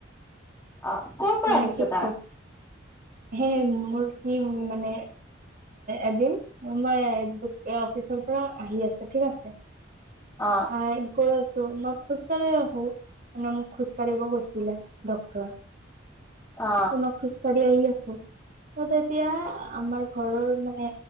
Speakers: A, on the left; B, on the right.
A: অ কৰ পৰা
B: মানে
A: আনিছ
B: কি
A: তাক
B: কম হে মোৰ কি মানে এদিন মই অফিচৰ আহি আছো ঠিক আছে
A: অ
B: আহ গৈ আছো মই খোজ কঢ়ি আহো মানে মোক খোজ কঢ়িব কৈছে দিলে ডাক্তৰে
A: অ
B: মই খোজকাঢ়িয় আহি আছো ত তেতিয়া আমাৰ ঘৰৰ মানে